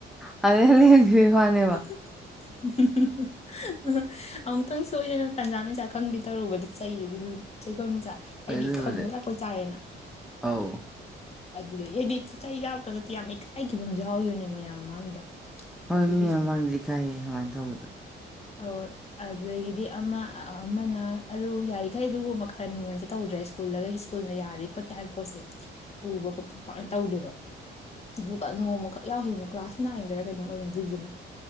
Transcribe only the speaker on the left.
<inaudible> ꯑꯃꯨꯛꯇꯪ ꯁꯣꯏꯗꯅ ꯇꯟꯖꯥ ꯃꯦꯟꯖꯥ ꯈꯪꯗꯦ ꯇꯧꯔꯨꯕꯗ ꯆꯩ ꯑꯗꯨ ꯆꯩꯐꯝ ꯆꯥ
ꯑꯩꯗꯤ
ꯈꯪꯕꯣꯢ ꯂꯥꯛꯄꯣꯢ ꯆꯥꯔꯦꯅ
ꯍꯥꯏꯗꯤ ꯑꯗꯨꯗꯒꯤꯗꯤ ꯆꯩ ꯆꯥꯕꯗ ꯅꯠꯇꯦ ꯌꯥꯝ ꯏꯀꯥꯏꯈꯤꯕ ꯌꯥꯎꯈꯤꯕꯅꯦ ꯃꯌꯥꯝ ꯃꯃꯥꯡꯗ
ꯑꯗꯨꯒꯤꯁꯨꯅꯦ
ꯑꯧ ꯑꯗꯨꯗꯒꯤꯗꯤ ꯑꯃ ꯑꯃꯅ ꯑꯗꯨ ꯌꯥꯔꯤꯈꯩ ꯑꯗꯨꯒꯨꯝꯕ ꯀꯔꯥꯟꯁꯦ ꯇꯧꯗ꯭ꯔꯦ ꯁ꯭ꯀꯨꯜ ꯁ꯭ꯀꯜꯂꯒ ꯁ꯭ꯀꯨꯅ ꯌꯥꯗꯦ ꯈꯣꯠꯇꯦ ꯍꯥꯏ ꯄꯣꯠꯁꯦ
ꯄꯨꯕ ꯈꯣꯠꯄ ꯄꯥꯛꯅ ꯇꯧꯗꯦꯕ ꯑꯗꯨꯒ ꯅꯣꯡꯃꯈꯛ ꯌꯥꯎꯈꯤꯕꯅꯦ ꯀ꯭ꯂꯥꯁ ꯅꯥꯏꯟꯗꯔ ꯀꯩꯅꯣꯝ ꯑꯣꯏꯕꯅꯦ ꯑꯗꯨꯗꯨꯅ